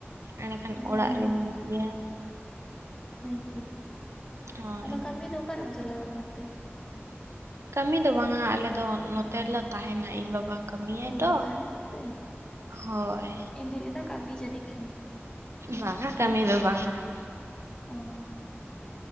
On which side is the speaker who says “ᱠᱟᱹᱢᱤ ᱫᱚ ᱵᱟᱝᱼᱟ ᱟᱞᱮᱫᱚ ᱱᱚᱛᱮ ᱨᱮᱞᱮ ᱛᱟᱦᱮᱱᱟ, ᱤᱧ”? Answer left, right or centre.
Right